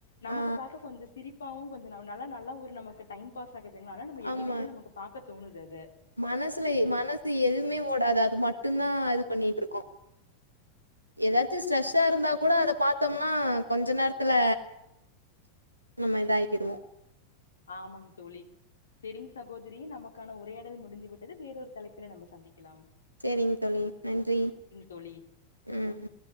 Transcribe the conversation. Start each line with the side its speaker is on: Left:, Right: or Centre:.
Left: நமக்கு
Right: ஆ
Left: பாக்க கொஞ்ச சிரிப்பாவு கொஞ்ச நல்லா நல்லா ஒரு நமக்கு டைம் பாஸ்சாகுதுங்களா நம்ம
Right: ஆமா
Left: எகைன் எகைன் நமக்கு பாக்க தோணுது அத
Right: மனசுல மனசு எதுவுமே ஓடாது அது மட்டுதா அது பண்ணிட்ருக்கோ எதாச்சு ஸ்ட்ரெஸ்ஷா இருந்தா கூட அத பாத்தோம்னா கொஞ்ச நேரத்துல நம்ம இதாகிருவோ
Left: ஆமாங் தோழி செரிங் சகோதரியே நமக்கான உரையாடல் முடிந்து விட்டது வேறோரு தலைப்புல நம்ம சந்திக்கலா
Right: சேரிங்க தோழி நன்றி
Left: தோழி
Right: ம்